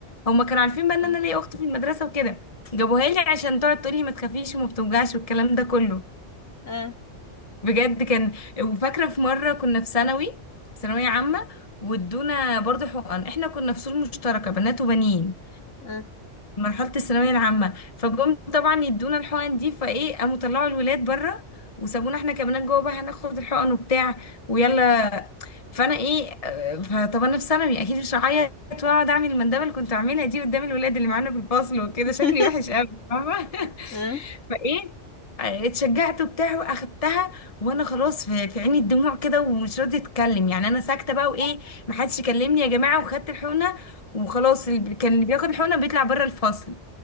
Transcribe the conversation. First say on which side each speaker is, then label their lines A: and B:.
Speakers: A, on the left; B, on the left.
A: هما كانوا عارفين بقى ان
B: اه
A: انا ليا اخت في المدرسه وكده جابوها لي عشان تقعد تقول لي ما تخافيش وما بتوجعش والكلام ده كله
B: اه
A: بجد كان وفاكره في مره كنا في ثانوي ثانويه عامه وادونا برضه حقن احنا كنا فصول مشتركه بنات وبنين
B: اه
A: مرحلة الثانوية العامة فجم طبعا يدونا الحقن دي فايه قاموا طلعوا الولاد بره وسابونا احنا كمان جوه بقى هناخد الحقن وبتاع ويلا فانا ايه آه، فطب انا في ثانوي اكيد مش هعيط واقعد اعمل المندبه اللي كنت اعملها دي قدام الولاد اللي معانا في الفصل وكده
B: <laughs>
A: شكلي وحش قوي فاهمه
B: اه
A: <laughs> فايه آه، اتشجعت وبتاع واخدتها وانا خلاص في في عيني الدموع كده ومش راضيه اتكلم يعني انا ساكته بقى وايه محدش يكلمني يا جماعه وخدت الحقنه وخلاص اللي بي- كان اللي بياخد الحقنه بيطلع بره الفصل